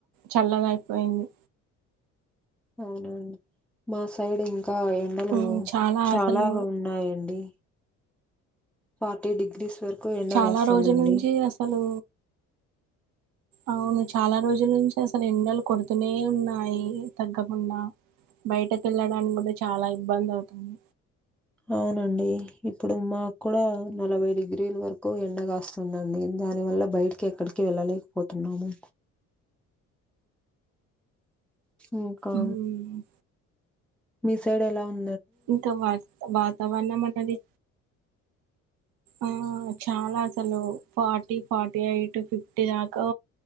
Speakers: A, on the right; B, in the centre.
A: చల్లగా అయిపోయింది
B: అవునండి మా సైడ్ ఇంకా ఎండలు
A: ఉమ్,
B: చాలా
A: అసలు
B: ఉన్నాయండి ఫార్టీ డిగ్రీస్ వరకు ఎండగాస్తాదండి
A: చాలా రోజుల నుంచి అసలు అవును చాలా రోజుల నుంచి అసలు ఎండలు కొడుతూనే ఉన్నాయి తగ్గకుండా బయటకు వెళ్ళడానికి కూడా చాలా ఇబ్బంది అవుతుంది
B: అవునండి ఇప్పుడు మాకు కూడా నలభై డిగ్రీల వరకు ఎండగాస్తుందండి దానివల్ల బయటికి ఎక్కడికి వెళ్ళలేకపోతున్నాము ఇంకా
A: ఉమ్,
B: మీ సైడ్ ఎలా ఉం
A: ఇంకా వాత వాతావరణం అనేది ఆ చాలా అసలు ఫార్టీ ఫార్టీ ఎయిట్ ఫిఫ్టీ దాకా